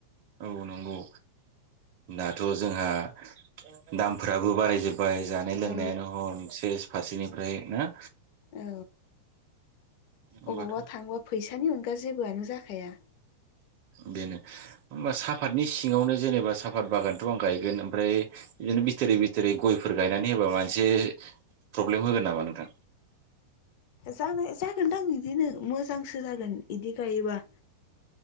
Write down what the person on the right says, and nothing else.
औ नंगौ दाथ' जोंहा दामफ्राबो बाराय जोब बाय जानाय लोंनायानो
हम सेस फारसेनिफ्राय ना
होमबाथ'
बेनो होमबा साफतनि सिङावनो जेनेबा साफात बागानथ' आं गायगोन ओमफ्राय बिदिनो बिथोरि बि रि गयफोर गायनानै होबा माबा मोनसे प्रब्लेम होगोन नामा नोंथां